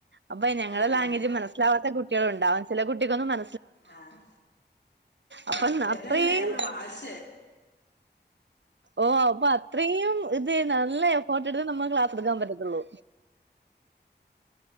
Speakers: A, on the right; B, on the left.
A: അപ്പ ഞങ്ങള
B: ആ
A: ലാംഗ്വേജ്
B: ആ
A: മനസിലവാത്ത കുട്ടികളുണ്ടാവും ചെല കുട്ടിക്കൊന്നും മ
B: ആഹ്
A: അപ്പൊ
B: കണ്ടത്
A: അത്രയും
B: തന്നെ വേറൊരു ഭാശ
A: ഓ അ പ ഇത്രയും ഇത് നല്ല എഫേട്ട് എടുത്ത് നമ്മക്ക് ക്ലാസ് എടുക്കാൻ പറ്റത്തുള്ളൂ.